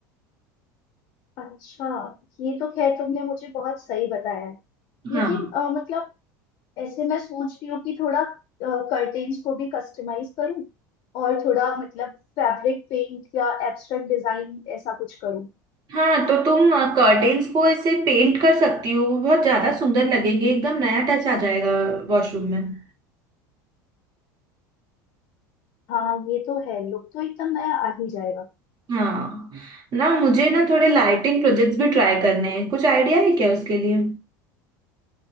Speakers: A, on the left; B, on the right.
A: अच्छा ये तो खैर तुमने मुझे बहुत सही बताया है लेकिन
B: हाँ
A: अ, मतलब ऐसे मैं सोच रही हूँ कि थोड़ा कर्टेन्स को भी कस्टमाइज करूँ और थोड़ा मतलब फैब्रिक पेंट या एब्स्ट्रैक्ट डिजाइन ऐसा कुछ करूँ
B: हाँ तो तुम कर्टेन्स को ऐसे पेंट कर सकती हो वो बहुत ज्यादा सुंदर लगेंगे एकदम नया टच आ जाएगा वॉशरूम में
A: हाँ ये तो है लुक तो एकदम नया आ ही जाएगा
B: हाँ ना मुझे ना थोड़े लाइटिंग प्रोजेक्ट्स भी ट्राई करने हैं कुछ आइडिया है क्या उसके लिए